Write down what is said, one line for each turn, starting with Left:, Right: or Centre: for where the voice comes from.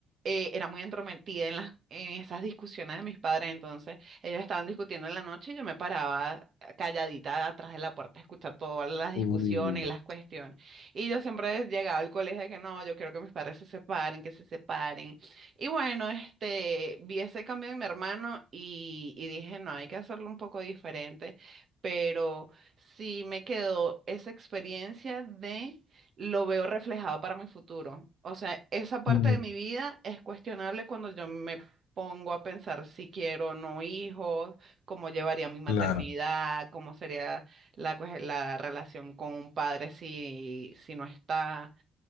Right: eh, era muy entrometida en las, en esas discusiones de mis padres, entonces ellos estaban discutiendo en la noche y yo me paraba calladita atrás de la puerta a escuchar todas las discusiones
Left: Uh,
Right: y las cuestiones. Y yo siempre llegaba al colegio de que no, yo quiero que mis padres se separen, que se separen. Y bueno, este, vi ese cambio en mi hermano y, y dije, no, hay que hacerlo un poco diferente pero sí me quedó esa experiencia de lo veo reflejado para mi futuro. O sea, esa parte
Left: mm,
Right: de mi vida es cuestionable cuando yo me pongo a pensar si quiero o no hijos, cómo llevaría mi maternidad,
Left: claro,
Right: cómo sería la, cue- la relación con un padre si, si no está.